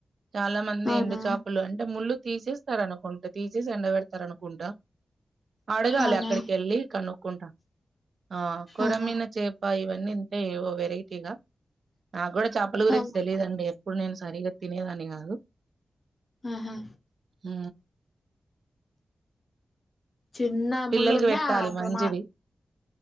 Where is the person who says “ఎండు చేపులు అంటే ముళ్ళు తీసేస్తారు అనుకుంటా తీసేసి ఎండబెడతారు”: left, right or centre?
Right